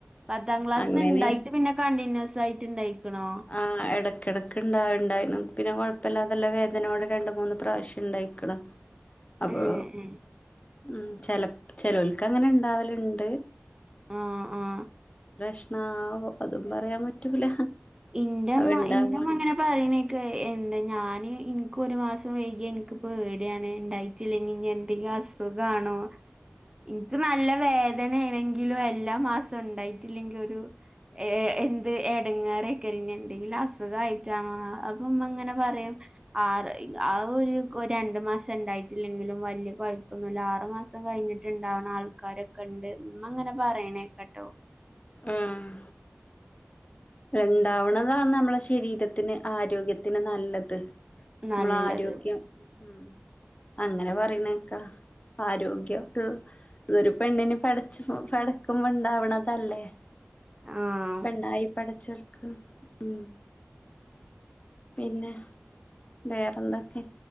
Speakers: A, on the right (about 20°); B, on the left (about 35°).
A: പത്താം ക്ലാസ്സി
B: അങ്ങനെ
A: നിന്ന് ഉണ്ടായിട്ട് പിന്നെ കണ്ടിന്യൂസ് ആയിട്ട് ഉണ്ടായിക്കണോ
B: ആ ഇടയ്ക്കിടയ്ക്ക് ഉണ്ടായിണ്ടായിരുന്നു പിന്നെ കുഴപ്പമില്ല അതെല്ല വേദനയോട് രണ്ട് മൂന്ന് പ്രാവശ്യം ഉണ്ടായിക്കണ് <inaudible> അപ്പോ
A: ഏ ഏ
B: ഉം ചെ ചേലോൽക്ക് അങ്ങനെ ഇണ്ടാവലുണ്ട്
A: ആ ആ
B: പ്രേശ്നവോ അതും പറയാൻ പറ്റൂല
A: ഇന്റെമ്മ
B: അവണ്ടാവാ
A: ഇന്റെമ്മ അങ്ങനെ പറയണക്കെ എന്താ ഞാന് എനിക്ക് ഒരു മാസം വൈകിയ എനിക്കിപ്പോ പേടിയാണ് ഇട്ടായി ഇല്ലെങ്കിൽ എന്തെങ്കിലും അസുഖാണോ എനിക്ക് നല്ല വേദനാണെ ക്കിലും എല്ലാ മാസം ഉണ്ടായിട്ടില്ലെങ്കിൽ ഒരു എന്ത് എടങ്ങേറ കരിഞ്ഞ എന്തെങ്കിലും അസുഖ ആയിട്ടാണോ അപ്പൊ അങ്ങനെ പറയും ആറ് ആ ഒരു രണ്ടു മാസം ഉണ്ടായിട്ടില്ലെങ്കിലും വല്യ കുഴപ്പൊന്നില്ല ആറു മാസം മാസം കഴിഞ്ഞിട്ടുണ്ടാവുന്ന ആൾക്കാരൊക്കെ ഉണ്ട് ഉമ്മ അങ്ങനെ പറയണേ കേക്കാട്ടോ
B: ആഹ് ഉണ്ടാവുന്നതാണ് നമ്മളെ ശരീരത്തിന് ആരോഗ്യത്തിന് നല്ലത്
A: നല്ലത്
B: നമ്മള ആരോഗ്യം ഉം അങ്ങനെ പറയുന്നേക്കാ ആരോഗ്യം ട്ട് ഇതൊരു പെണ്ണിനന് പടചോ പടക്കുമ്പോ ഉണ്ടാവണതല്ലേ
A: ആഹ്
B: പെണ്ണായി പടചോൽക്ക് ഉം പിന്നെ വേറെന്തൊക്കെ